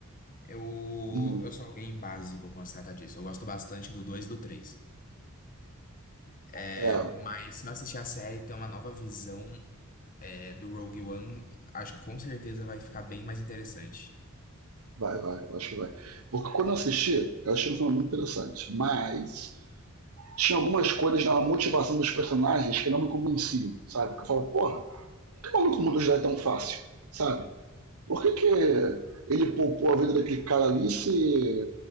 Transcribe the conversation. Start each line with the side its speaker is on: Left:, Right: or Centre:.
Left: Eu,
Right: Uhum.
Left: eu sou alguém básico quando se trata disso. Eu gosto bastante do 2 e do três É,
Right: É,
Left: mas se eu assistir a série, ter uma nova visão. é, do Rogue One, acho que com certeza vai ficar bem mais interessante.
Right: vai, vai, eu acho que vai. Porque quando eu assisti, eu achei um filme muito interessante, mas tinha algumas coisas na motivação dos personagens que não me convenciam, sabe? Que eu falo, porra, por que o maluco mudou de ideia tão fácil, sabe? Por que, que ele poupou a vida daquele cara ali se,